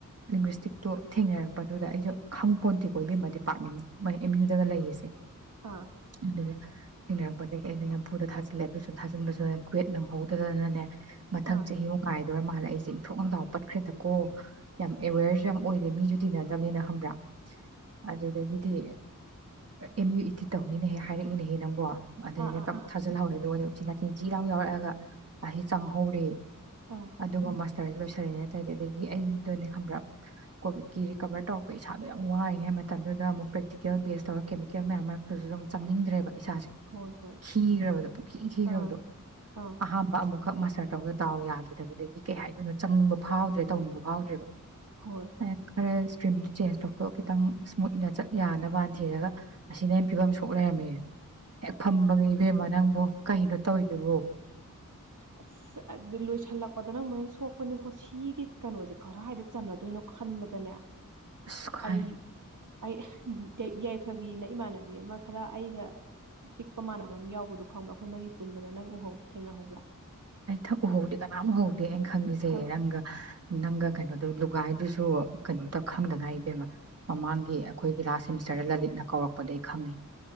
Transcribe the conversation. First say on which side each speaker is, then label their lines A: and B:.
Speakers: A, on the right (about 50°); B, on the right (about 65°).
A: ꯂꯤꯡꯒ꯭ꯋꯁꯇꯤꯛꯇꯣ ꯊꯦꯡꯅꯔꯛꯄꯗꯨꯗ ꯑꯩꯖꯨ ꯈꯥꯡꯄꯣꯟꯇꯦꯀꯣ ꯏꯕꯦꯝꯃꯥ ꯗꯤꯄꯥꯔꯠꯃꯦꯟ ꯑꯦꯝ ꯌꯨꯗꯒ ꯂꯩꯌꯦꯁꯦ
B: ꯑꯥ
A: ꯑꯗꯨ ꯊꯦꯡꯅꯔꯛꯄꯗꯒꯤ ꯑꯩꯅ ꯅꯝꯐꯨꯗ ꯊꯥꯖꯤꯜꯂꯦ ꯑꯗꯨꯁꯨ ꯊꯥꯖꯤꯟꯕꯁꯨ ꯀ꯭ꯋꯦꯠ ꯅꯪꯍꯧꯗꯗꯅꯅꯦ ꯃꯊꯪ
B: ꯑꯥ
A: ꯆꯍꯤ ꯃꯨ ꯉꯥꯏ ꯗꯣꯔꯥ ꯃꯥꯜꯂꯦ ꯑꯩꯁꯦ ꯏꯟꯊꯣꯛꯅꯥ ꯗꯎ ꯄꯠꯈ꯭ꯔꯦꯗꯀꯣ ꯌꯥꯝ ꯑꯦꯋꯦꯌꯔꯁꯨ ꯌꯥꯝ ꯑꯣꯏꯗꯦ ꯃꯤꯁꯨ ꯇꯤꯟꯅꯗꯥꯃꯤꯅ ꯈꯪꯕ꯭ꯔꯥ ꯑꯗꯨꯗꯒꯤꯗꯤ ꯑꯦꯝ ꯌꯨ ꯏ ꯇꯤ ꯇꯧꯅꯤꯅ ꯍꯦꯛ ꯍꯥꯏꯔꯛꯑꯦꯅꯦꯍꯦ ꯅꯪꯕꯣ ꯑꯗꯨꯗꯩꯅꯦ
B: ꯑꯥ ꯑꯥ
A: ꯄꯞ
B: ꯑꯥ
A: ꯊꯥꯖꯤꯜꯍꯧꯔꯦ ꯅꯥꯆꯤꯟ ꯆꯤ ꯂꯎ ꯌꯥꯎꯔꯛꯑꯒ ꯆꯪꯍꯧꯔꯦ
B: ꯑꯥ
A: ꯑꯗꯨꯒ ꯇꯔ ꯂꯣꯏꯁꯤꯜꯂꯤꯅꯦ ꯑꯗꯒꯤ ꯑꯩꯗꯅꯦ ꯈꯪꯕꯔ ꯀꯣꯕꯤꯠꯀꯤ ꯔꯤꯀꯕꯔ ꯇꯧꯔꯛꯄ ꯏꯁꯥꯗꯣ ꯌꯥꯝ ꯋꯥꯔꯤꯉꯩ ꯃꯇꯝꯗꯨꯗ ꯑꯃꯨꯛ ꯄ꯭ꯔꯦꯛꯇꯤꯀꯦꯜ ꯕꯦꯖ ꯇꯧꯔ ꯀꯦꯃꯤꯀꯦꯜ ꯃꯌꯥꯝ ꯃꯔꯛꯇꯨꯁꯨ ꯑꯗꯨꯝ ꯆꯪꯅꯤꯡꯗ꯭ꯔꯦꯕ ꯏꯁꯥꯁꯦ
B: ꯍꯣꯏ ꯍꯣꯏ
A: ꯈꯤꯈ꯭ꯔꯕꯗꯣ ꯄꯨꯨꯡꯈꯤ ꯈꯤꯈ꯭ꯔꯕꯗꯣ
B: ꯑꯥ ꯑꯥ
A: ꯑꯍꯥꯝꯕ ꯑꯃꯨꯛ ꯈꯛ ꯃꯥꯁꯇꯔ ꯇꯧꯕꯗꯥ ꯗꯥꯎ ꯌꯥꯈꯤꯗꯕꯗꯒꯤ ꯀꯩ ꯍꯥꯏꯗꯅꯣ ꯆꯪꯅꯤꯡꯕ ꯐꯥꯎꯗ꯭ꯔꯦ ꯇꯧꯅꯤꯡꯕ ꯐꯥꯎꯗ꯭ꯔꯦꯕ
B: ꯍꯣꯏ
A: ꯑꯦ ꯈꯔ ꯇ꯭ꯔꯤꯝꯗꯨ ꯆꯦꯟꯖ ꯇꯧꯊꯣꯛꯑ ꯈꯤꯇꯪ ꯁ꯭ꯃꯨꯠꯅ ꯆꯠ ꯌꯥꯅꯕ ꯊꯤꯔꯒ ꯑꯁꯤꯅ ꯐꯤꯕꯝ ꯁꯣꯛ ꯂꯩꯔꯝꯃꯦꯌꯦ ꯍꯦꯛ ꯐꯝꯕꯒ ꯏꯕꯦꯝꯃ ꯅꯪꯕꯨ ꯀꯩꯅꯣ ꯇꯧꯋꯤꯗꯨꯕꯨ
B: ꯑꯁ ꯂꯣꯏꯁꯤꯜꯂꯛꯄꯗꯅ ꯑꯃꯨꯛ ꯍꯦꯟꯅ ꯁꯣꯛꯄꯅꯤꯀꯣ ꯁꯤꯒꯤ ꯀꯩꯅꯣꯁꯦ ꯀꯔꯏꯗ ꯆꯅꯗꯣꯏꯅꯣ ꯈꯟꯕꯗꯅꯦ
A: ꯑꯁ ꯈꯥꯏ
B: ꯑꯩ ꯑꯩ ꯌꯥꯏꯐꯕꯤꯅ ꯏꯃꯥꯟꯅꯕꯤ ꯑꯃ ꯈꯔ ꯑꯩꯒ ꯄꯤꯛꯄ ꯃꯥꯟꯅꯕ ꯑꯃ ꯌꯥꯎꯕꯗꯣ ꯈꯪꯕꯔꯥ ꯑꯩꯈꯣꯏ ꯃꯔꯤ ꯄꯨꯟꯕꯗ ꯅꯪ ꯎꯍꯧ ꯊꯦꯡꯅꯍꯧꯕꯔꯥ
A: ꯑꯩ ꯊꯛ ꯎꯍꯧꯗꯦ ꯀꯅꯥꯝ ꯎꯍꯧꯗꯦ ꯑꯩꯅ ꯈꯪꯉꯤꯁꯦ
B: ꯑꯣ
A: ꯅꯪꯒ ꯅꯪꯒ ꯀꯩꯅꯣꯗꯣ ꯂꯨꯒꯥꯏꯗꯨꯁꯨ ꯀꯩꯅꯣꯇ ꯈꯪꯗ ꯉꯥꯏꯔꯤ ꯏꯕꯦꯝꯕ ꯃꯃꯥꯡꯒꯤ ꯑꯩꯈꯣꯏꯒꯤ ꯂꯥꯁ ꯁꯦꯃꯤꯁꯇꯔꯗ ꯂꯂꯤꯠꯅ ꯀꯧꯔꯛꯄꯗꯩ ꯈꯪꯉꯤ